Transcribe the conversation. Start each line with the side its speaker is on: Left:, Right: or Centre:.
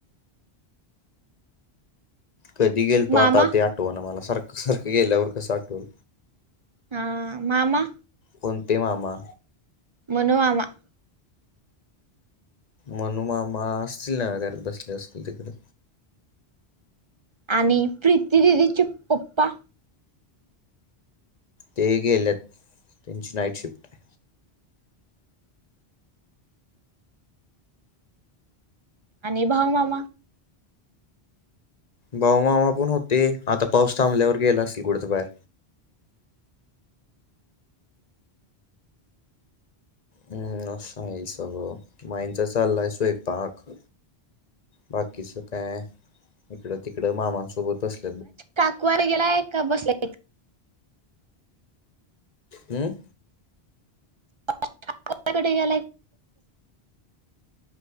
Left: कधी गेल तो
Right: मामा
Left: आता तेआठवाना मला सारखं सारखं गेल्यावर कसं आठवल?
Right: हा मामा
Left: कोणतं मामा?
Right: मनु मामा
Left: मनू मामा असतील ना घरात बसले असतील तिकडे.
Right: आणि प्रीती दिदीचे पप्पा?
Left: ते गेलेत त्यांची नाईट शिफ्ट आहे.
Right: आणि भाऊ मामा?
Left: भाऊमामा पण होते आता पाऊस थांबल्यावर गेला असतील कुठं तरी बाहेर. हम्म असं आहे सगळं माईचा चाललाय स्वयपाक. बाकीचं काय इकडं तिकडं मामांसोबत बसलं.
Right: काकू <unintelligible> गेलाय का बसला?
Left: हम्म
Right: <unintelligible> कुठे गेलायत?